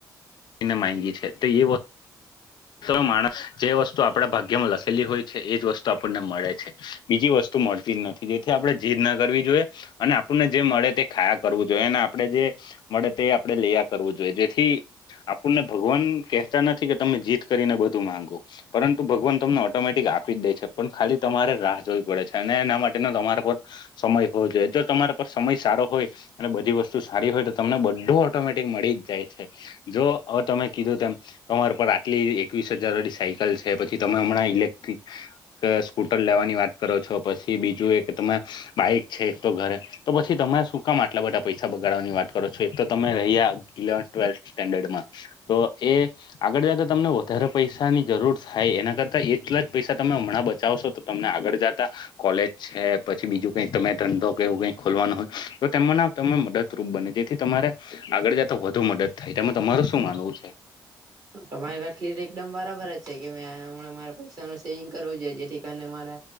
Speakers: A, on the left; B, on the right.
A: એને માગી છે તો એ બો તમે માણસ જે વસ્તુ આપણેે ભાગ્યમાં લખેલી હોય છે એજ વસ્તુ આપણને મળે છે બીજી વસ્તુ તો મળતી જ નથી જેથી આપણે જઝીર ના કરવી જોઈએ અને આપણને જે મળે તે ખાયા કરવું જોઈએ અને આપડણે જે મળે તે આપણે લૈયા કરવું જોઈએ જેથી આપણને ભગવાન કહેતા નથી કે તમે જીત કરીને બધું માંગો પરંતુ ભગવાન તમને ઓટોમેટિક આપી જ દે છે પણ ખાલી તમારે રાહ જોવી પડે છે અને એના માટે તમારા પર સમય હોવો જોઈએ જો તમારા પર સમય સારો હોય અને બધી વસ્તુ સારી હોય તો તમને બધું ઓટોમેટિક મળી જ જાય છે જો હવે તમે કીધું તેમ કમર પર કેટલી એકવીસ હજાર વાળી સાયકલ છે પછી તમે હમણાં ઇલેક્ટ્રિક સ્કૂટર લેવાની વાત કરો છો પછી બીજું એક તમે બાઈક છે એક તો ઘરે તો પછી તમે શું કામ આટલા બધા પૈસા બગાડવાની વાત કરો છો એક તો તમે રહી્યા ઇલેવ ટ્વેલ્થ સ્ટેન્ડર્ડમાં તો એ આગળ જ તમને વધારે પૈસાની જરૂર થાય એના કરતાં એટલા જ પૈસા તમે હમણાં બચાવશો તો તમને આગળ જતા કોલેજ છે પછી બીજું કઈ તમે ધંધો કેવું કઈ ખોલવાનો હોય તો તેના તને મદદરૂપ બને જેથી તમારે આગળ જતા વધુ મદદ થાય તે તમારું શું માનવું છે
B: તમારી વા ખી એકદમ બરાબર જ છે કે મેં હમણાં મારે પૈસાનુંું સેવિંગ કરવું જોઈએ જેથી કારણે મારે